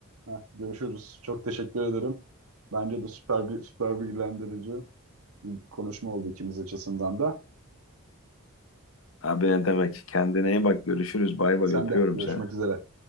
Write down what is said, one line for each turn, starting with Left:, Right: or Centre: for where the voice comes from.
Right: Heh, Görüşürüz. Çok teşekkür ederim. Bence de süper bir süper bilgilendirici bir konuşma oldu ikimiz açısından da.
Left: Abi ne demek? Kendine iyi bak. Görüşürüz. Bay bay
Right: Sen
Left: öpüyorum
Right: de görüşmek
Left: seni.
Right: üzere.